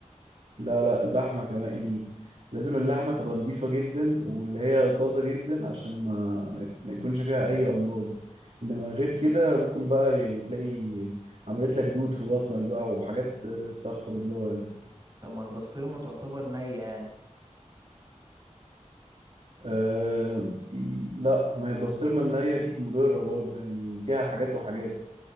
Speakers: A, on the right (about 60°); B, on the right (about 35°).
A: لا لا اللحمة كمان يعني لازم اللحمة تبقى نضيفة جدا واللي هي طازة جدا عشان ما ما يكونش فيها أي أمراض إنما غير كده ممكن بقى تلاقي عملت لك دود في بطنك بقى وحاجات استغفر الله
B: طب ما البسطرمة تعتبر نية يعني
A: آه ي- لا ما هي البسطرمة النية دي مضرة برضو يعني فيها حاجات وحاجات